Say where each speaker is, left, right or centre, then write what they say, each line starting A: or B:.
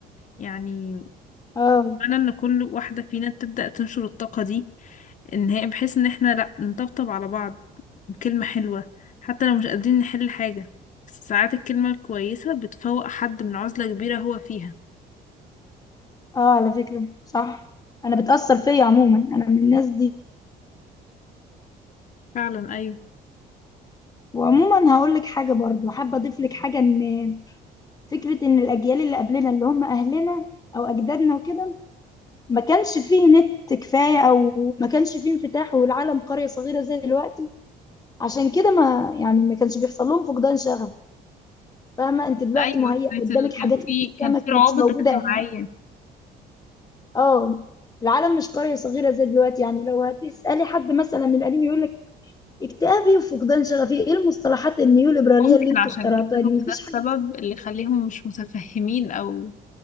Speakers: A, on the left; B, on the left.
A: يعني
B: اه
A: أنا إن كل واحدة فينا تبدأ تنشر الطاقة دي إن هي بحيث إن إحنا لأ نطبطب على بعض كلمة حلوة حتى لو مش قادرين نحل حاجة بس ساعات الكلمة الكويسة بتفوق حد من عزلة كبيرة هو فيها
B: اه على فكرة صح انا بتأثر فيا عموما انا من الناس دي
A: فعلا أيوه
B: وعموما هقول لك حاجة برضو حابة اضيف لك حاجة ان فكرة ان الاجيال اللي قبلنا اللي هم اهلنا او اجدادنا وكده ما كانش فيه نت كفاية أو ما كانش فيه انفتاح والعالم قرية صغيرة زي دلوقتي عشان كده ما يعني ما كانش بيحصل لهم فقدان شغف فاهمة أنت دلوقتي
A: ايوه
B: مهيأ
A: كانت
B: قدامك
A: ال- كان
B: حاجات لسه
A: في كان
B: ما
A: في
B: كانتش
A: روابط
B: موجودة
A: اجتماعيه
B: يعني اه العالم مش قرية صغيرة زي دلوقتي يعني لو هتسألي حد مثلا من القديم يقول لك اكتئابي وفقدان شغفي ايه المصطلحات النيوليبرالية
A: ممكن
B: اللي انتوا
A: عشان
B: اخترعتوها
A: كده
B: دي
A: هو
B: مفيش
A: ده
B: حاجة
A: السبب
B: اسمها
A: اللي
B: كده
A: يخليهم مش متفهمين او